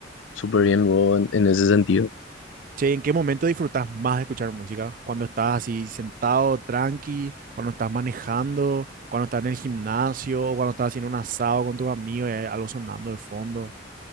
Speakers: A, on the left (about 85°); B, on the right (about 45°).
A: súper bien luego en en ese sentido.
B: Che, ¿en qué momento disfrutás más de escuchar música? ¿Cuando estás así sentado, tranqui? ¿Cuando estás manejando? ¿Cuando estás en el gimnasio? ¿Cuando estás haciendo un asado con tus amigos y hay algo sonando de fondo?